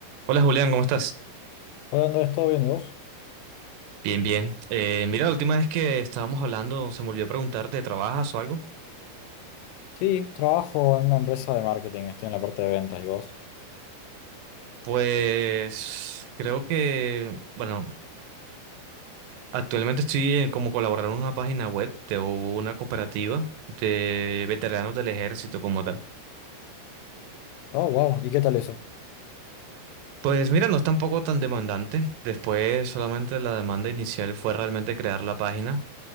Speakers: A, on the right; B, on the left.
A: Hola Julián, ¿cómo estás?
B: Hola Andrés, ¿todo bien y vos?
A: Bien, bien. Eh, mira, la última vez que estábamos hablando, se me olvidó preguntarte, ¿trabajas o algo?
B: Sí, trabajo en una empresa de marketing, estoy en la parte de ventas y vos.
A: Pues creo que, bueno, actualmente estoy en- como colaborador en una página web de una cooperativa de veteranos del ejército como tal.
B: Oh, wow, ¿y qué tal eso?
A: Pues mira, no es tampoco tan demandante. Después solamente la demanda inicial fue realmente crear la página